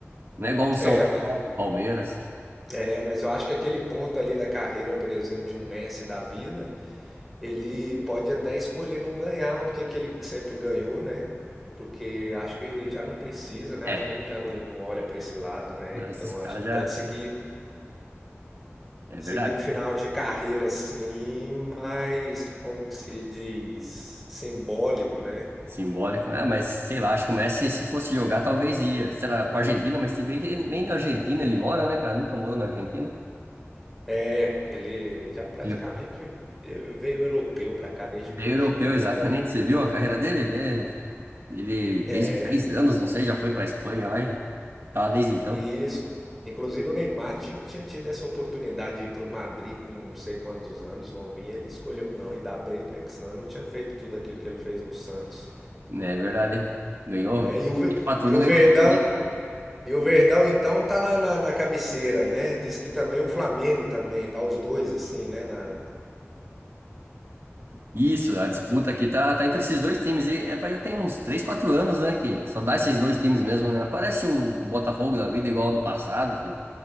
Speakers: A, on the right; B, in the centre.
A: Não é igual um São
B: É,
A: Paulo,
B: mas,
A: Palmeiras.
B: é, mas eu acho que aquele ponto ali da carreira, por exemplo, de um Messi da vida, Ele pode até escolher não ganhar o que que ele sempre ganhou, né? Porque acho que já não precisa, né?
A: É,
B: Acho que ele já não, não olha para esse lado, né?
A: não,
B: Então
A: esses caras
B: acho que
A: já,
B: pode seguir
A: é
B: seguir
A: verdade.
B: um final de carreira assim, mais como que se diz, simbólico, né?
A: Simbólico. Ah, mas sei lá, acho que o Messi, se fosse jogar, talvez ia. Será pra Argentina, mas se bem que ele nem da Argentina ele mora, né, cara? Nunca morou na Argentina.
B: É, ele já praticamente
A: Ele
B: veio europeu para cá desde pequeno,
A: ele é europeu, exatamente.
B: né?
A: Você viu a carreira dele, né? Ele, desde
B: É.
A: os 10 anos, não sei, já foi pra Espanha lá e tá lá desde então.
B: Isso. Inclusive o Neymar ti- tinha tido essa oportunidade de ir pro Madrid com não sei quantos anos, novinho, ele escolheu não, ainda bem, né? Que senão ele não tinha feito tudo aquilo que ele fez no Santos,
A: É verdade. Ganhou,
B: né? E o, Ve-
A: quatro
B: e
A: anos
B: o
A: ganhou
B: Verdão,
A: tudo ali.
B: e o Verdão então tá na, na, na cabeceira, né? Diz que também o Flamengo também, tá os dois assim, né? Na...
A: Isso, a disputa aqui tá, tá entre esses dois times. E é, já tem uns 3, 4 anos, né? Que só dá esses dois times mesmo, né? Parece um Botafogo da vida igual no passado, que